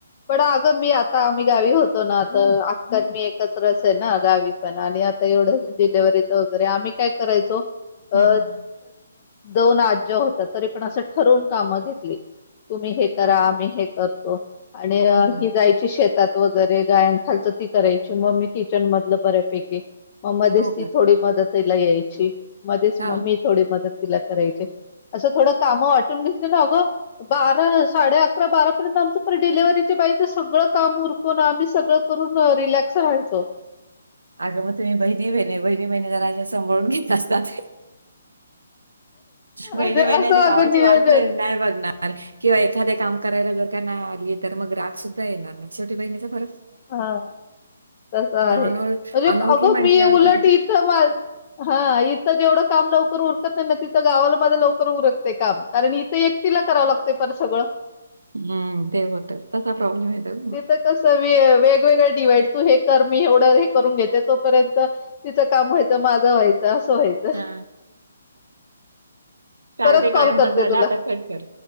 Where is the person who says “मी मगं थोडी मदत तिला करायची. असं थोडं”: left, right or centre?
Left